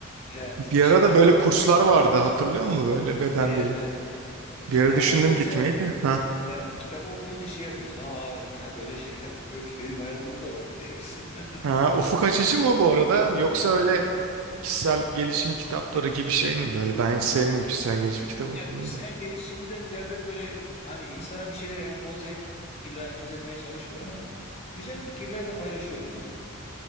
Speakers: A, on the left; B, on the right.
A: Evet,
B: Bir
A: işte
B: ara da
A: kitabı
B: böyle kurslar
A: okuyunca,
B: vardı hatırlıyor musun böyle beden
A: evet
B: dili?
A: evet,
B: Bir
A: kitabı
B: ara düşündüm
A: okuyunca,
B: gitmeyi de. Ha.
A: evet, kitabı okuyunca şey yapıyorsun. Aa evet, ya böyle şeyler <laughs> oluyormuş, benim hayatımda da vardı diyorsun. <laughs>
B: Ha, ufuk açıcı mı bu arada yoksa öyle Kişisel gelişim kitapları gibi şey mi böyle? Ben hiç sevmiyorum kişisel gelişim kitabı okumayı
A: Ya kişisel
B: da.
A: gelişimden ziyade böyle hani insana bir şeyleri empoze et, illa empoze etmeye çalışmıyor ama güzel fikirler de paylaşıyor yani.